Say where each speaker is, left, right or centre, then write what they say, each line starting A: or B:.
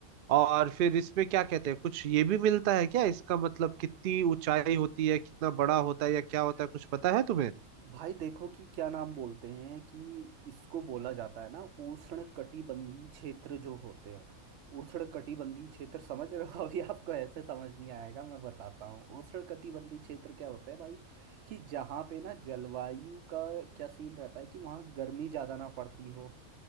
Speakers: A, on the right; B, on the right.
A: और फिर इसमें क्या कहते हैं कुछ ये भी मिलता है क्या इसका मतलब कितनी ऊंचाई होती है कितना बड़ा होता है या क्या होता है कुछ पता है तुम्हें
B: भाई देखो कि क्या नाम बोलते हैं कि इसको बोला जाता है ना उष्ण कटिबंधीय क्षेत्र जो होते हैं उष्ण कटिबंधीय क्षेत्र समझ रहे हो <laughs> अभी आपको ऐसे समझ नहीं आएगा मैं बताता हूँ उष्ण कटिबंधीय क्षेत्र क्या होता है भाई कि जहाँ पे ना जलवायु का क्या सीन रहता है कि वहाँ गर्मी ज्यादा ना पड़ती हो